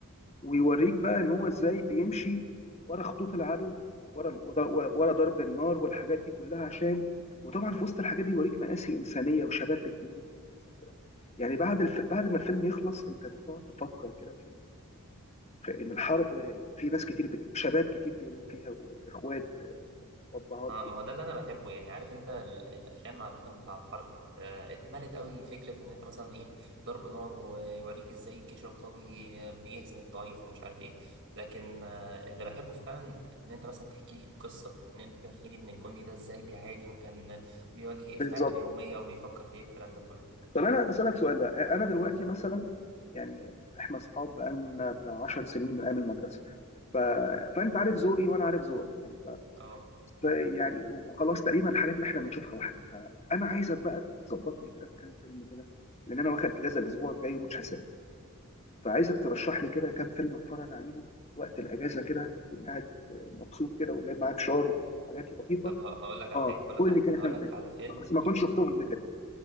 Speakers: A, on the left; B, on the right.
A: ويوريك بقى ان هو ازاي بيمشي ورا خطوط العدو ورا ورا ورا ضرب النار والحاجات دي كلها عشان وطبعا في وسط الحاجات دي يوريك مآسي إنسانية وشباب بتموت وحاجات زي كده يعني بعد الف... بعد ما الفيلم يخلص انت بتقعد تفكر كده في... في ان الحرب في ناس كتير بتموت شباب كتير بيموت فيها واخوات وابهات
B: اه ما
A: بي-
B: هو ده اللي انا بحبه يعني عارف انت ال- الافلام عاده بتاع الحرب آه، اتملت قوي فكره ان انت مثلا ايه ضرب نار ويوريك ازاي الجيش القوي آه، بيهزم الضعيف ومش عارف ايه لكن آه، اللي بحبه فعلا ان انت مثلا تحكي لي قصه ان انت تحكي لي ان الجندي ده ازاي بيعاني وكان بيواجه ايه
A: بالظبط
B: في حياته اليوميه وبيفكر في ايه الكلام ده كله
A: طب انا اسالك سؤال بقى انا دلوقتي مثلا يعني احنا اصحاب بقالنا بتاع 10 سنين من ايام المدرسه ف... فانت عارف ذوقي وانا عارف ذوقك يعني ف...
B: اه
A: ف يعني وخلاص تقريبا الحاجات اللي احنا بنشوفها واحده فانا عايزك بقى تظبطني كده بكام فيلم كده لان انا واخد اجازه الاسبوع الجاي ومش هسافر فعايزك ترشح لي كده كام فيلم اتفرج عليهم وقت الاجازه كده اكون قاعد مبسوط كده وجايب معايا فشار وحاجات لطيفه
B: طب ه- هقول لك على
A: اه
B: حاجه هقول
A: قول
B: لك على-
A: لي كده
B: هقول
A: كام
B: لك
A: فيلم
B: على فيلم
A: بس ما كنتش
B: يكون
A: شفتهم قبل كده